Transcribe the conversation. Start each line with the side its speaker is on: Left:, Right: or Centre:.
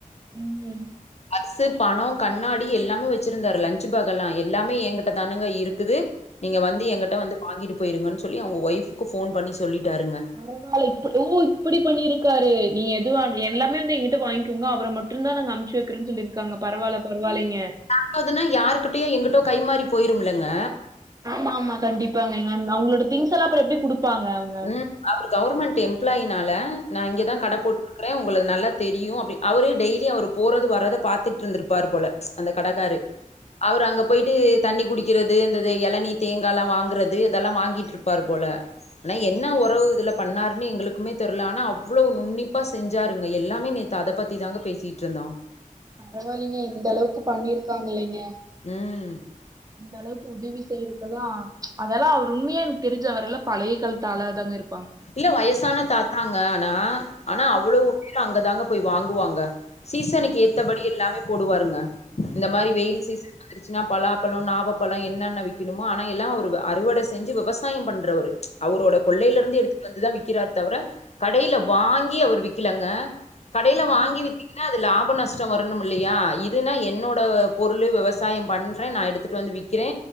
Right: ம் ம்
Left: பர்ஸ்சு பணோ கண்ணாடி எல்லாமே வச்சிருந்தாரு லன்ச்சு பேக் எல்லா எல்லாமே என்கிட்ட தானுங்க இருக்குது நீங்க வந்து
Right: ம்
Left: எங்கிட்ட வந்து வாங்கிட்டு போயிருங்கன்னு சொல்லி அவங்க ஒய்ஃபுக்கு ஃபோன் பண்ணி சொல்லிட்டாருங்க
Right: பரவால்ல இப்ப ஓ இப்டி பண்ணிருக்காரு நீ எதுவா எல்லாமே வந்து எங்கிட்ட வாங்கிகோங்க அவர மட் டுருந்தா நா அம்ச்சு வக்கிறேன் சொல்லிருகாங்க பரவால்ல பரவால்லங்க
Left: பாத்ததுனா யாருகிட்யு எங்கிட்டோ கைமாறி போயிருமில்லங்க
Right: ஆமா ஆமா கண்டிப்பாங்க அவங்களோட திங்ஸ் எல்லா அப்புற எப்டி குடுப்பாங்க அவங்க?
Left: ம் அவரு கவுவர்மெண்ட் எம்ப்ளாயினால நா இங்கதா
Right: ம்.
Left: கட போட்டு க்குறே உங்கள நல்ல தெரியு அப்டினு அவரு டெய்லி அவர் போறது வறது பாத்துட்டுருந்திருபாரு போல அந்த கடக்காரு அவரு அங்க போயிட்டு தண்ணி குடிகிறது இந்த இளநீர் தேங்கால்லா வாங்கறது இதெல்லா வாங்கிட்டுருப்பார் போல ஆனா என்ன உறவு இதுல பண்ணாருன்னு எங்களுக்குமே தெர்ல ஆனா அவ்ளோ நுண்ணிப்பா செஞ்சாருங்க எல்லாமே நேத்து அத பத்தி தாங்க பேசிட்ருந்தோ <inaudible>
Right: பரவால்லிங்க இந்த அளவுக்கு பண்ணிருக்காங்கலேங்க
Left: ம்
Right: இந்த அளவுக்கு உதவி செய்றதுக்லா அதெல்லா அவர் உண்மையா எனக்கு தெரிஞ்ச அவரெல்லா பழைய காலத் ஆளா தாங்க இருபாங்க
Left: இல்ல வயசான தாத்தாங்க ஆனா ஆனா அவ்வளோ பேரூ அங்கதாங்க போய் வாங்குவாங்க சீசனுக்கு
Right: ம்.
Left: ஏத்தபடி எல்லாமே போடுவாருங்க இந்த மாரி
Right: ம்,
Left: வெயில் சீசன் வந்துருச்சினா பலாபழோ நாவபழோ என்னன்ன விக்கணுமோ ஆனா எல்லா அவரு அறுவடை செஞ்சி விவசாயோ பண்றவரு அவரோட கொள்ளையில
Right: ம்,
Left: இருந்து எடுத்துட்டு வந்துதா விக்கிறார் தவர கடையில வாங்கி அவர் விக்கிலங்க கடையில
Right: ம்,
Left: வாங்கி வித்தீங்கனா அது லாபோ நஸ்ட் ஞ்ச வரணும் இல்லையா இதுன்னா என்னோட பொருள் விவசாயம் பண்றே நா எடுத்துட்டு வந்து விக்கிறே